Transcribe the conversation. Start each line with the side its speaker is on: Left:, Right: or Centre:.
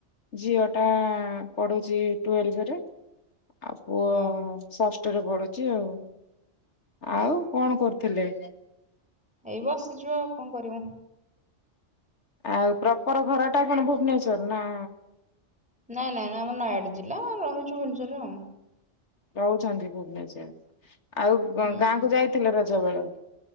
Left: ଝିଅ ଟା ପଢୁଛି ଟ୍ୱୱେଲଭ ରେ। ଆଉ ପୁଅ
Centre: ହଁ।
Left: ଷଷ୍ଠ ତୋଠୁ ବଡ଼ ଚି ଆଉ ଆଉ। କଣ କରୁଥିଲେ?
Centre: ଏଇ ବସିଚୁ ଆଉ କଣ କରିବୁ?
Left: ଆଉ ପ୍ରପର ଘର ଟା କଣ ଭୁବନେଶ୍ଵର ନା?
Centre: ନାଇଁ ନାଇଁ ନାଇ ଆମର ନୟାଗଡ ଜିଲ୍ଲା ର। <unintelligible>
Left: ରହୁ ଚାନ୍ଦି ଭୁବନେଶ୍ୱର। ଆଉ
Centre: ହୁଁ
Left: ଗାଁକୁ ଯାଇଥିଲେ ରଜ? ଜବର।